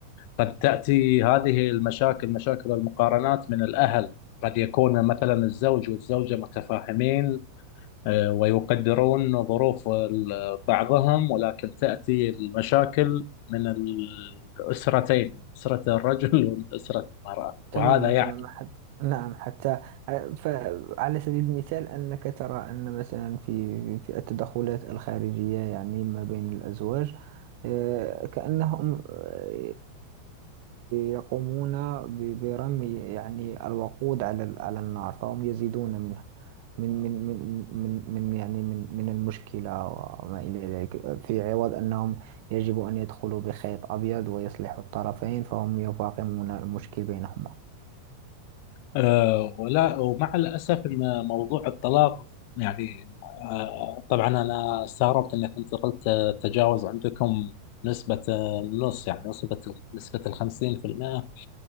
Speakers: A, on the left; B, on the right.
A: قد تاتي هذه المشاكل مشاكل المقارنات من الاهل قد يكون مثلا الزوج والزوجه متفاهمين آه، ويقدرون ظروف ال- بعضهم ولكن تاتي المشاكل من الاسرتين من اسره الرجل <laughs> ومن اسره المراه وهذا
B: تماما
A: يعكس
B: تماما حت... نعم حتى ع- فعلى سبيل المثال أنك ترى أن مثلا في في التدخلات الخارجية يعني ما بين الأزواج آه، كأنهم آه، يقومون ب- برمي يعني الوقود على ال- على النار فهم يزيدون منها من من من من من يعني من من المشكلة وما إلى ذلك في عوض أنهم يجب أن يدخلوا بخيط أبيض ويصلحوا الطرفين فهم يفاقمون المشكل بينهما
A: آه، ولا ومع الأسف أن موضوع الطلاق يعني آه، طبعا أنا استغربت أنك أنت قلت آه، تجاوز عندكم نسبة آه، النص يعني نسبة نسبة الخمسين في المئة